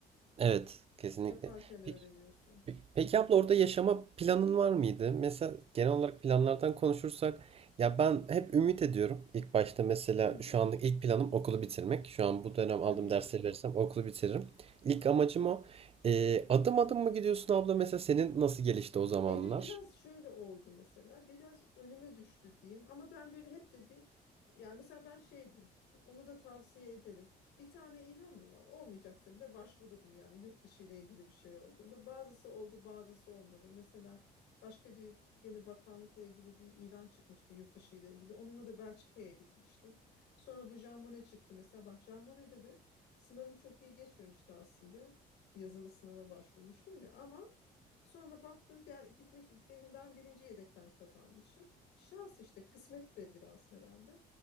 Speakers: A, on the right; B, on the left.
A: Evet, kesinlikle.
B: Yaparken öğreniyorsun.
A: Peki, peki abla orada yaşama planın var mıydı? Mesela genel olarak planlardan konuşursak ya ben hep ümit ediyorum. İlk başta mesela
B: Hı hı.
A: şu anlık ilk planım okulu bitirmek. Şu an bu dönem
B: Tabii
A: aldığım dersleri
B: ki.
A: verirsem okulu bitiririm. İlk amacım o. Ee, adım adım mı gidiyorsun abla? Mesela senin nasıl gelişti o zamanlar?
B: Benim biraz şöyle oldu mesela. Biraz önüme düştü diyeyim. Ama ben böyle hep de bir yani mesela ben şeydim. Onu da tavsiye ederim. Bir tane ilan mı var? Olmayacaksa bile başvurdum yani yurt dışı ile ilgili bir şey olduğunda. Bazısı oldu, bazısı olmadı. Mesela başka bir gene bakanlıkla ilgili bir ilan çıkmıştı yurt dışı ile ilgili. Onunla da Belçika'ya gitmiştim. Sonra bu Jean Monnet çıktı. Mesela bak Jean Monnet'de de sınavım çok iyi geçmemişti aslında. Yazılı sınava başvurmuştum ya ama Sonra baktım ben gitmek benim ben birinci yedekten kazanmışım. Şans işte kısmet de biraz herhalde.